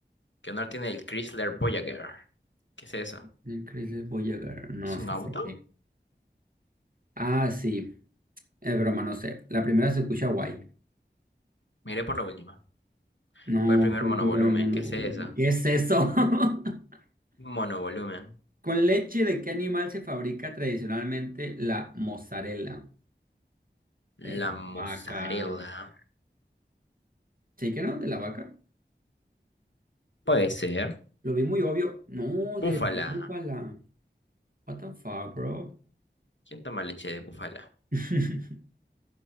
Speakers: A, on the left (about 75°); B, on the right (about 50°).
A: ¿Qué honor tiene el Chrysler Voyager? ¿Qué es eso?
B: El Chrysler Voyager, no
A: ¿Es
B: sé.
A: un auto?
B: Ah, sí, es broma, no sé. La primera se escucha guay.
A: Miré por la última.
B: No,
A: Fue el primer
B: fue
A: monovolumen.
B: el primero mono.
A: ¿Qué es eso?
B: ¿Qué es eso? <laughs>
A: Monovolumen.
B: ¿Con leche de qué animal se fabrica tradicionalmente la mozzarella? De
A: La
B: la
A: mozzarella.
B: vaca. ¿Sí que no? ¿De la vaca?
A: Puede ser.
B: Lo vi muy obvio. No,
A: Búfala.
B: de la búfala. What the fuck, bro?
A: ¿Quién toma leche de búfala?
B: <laughs>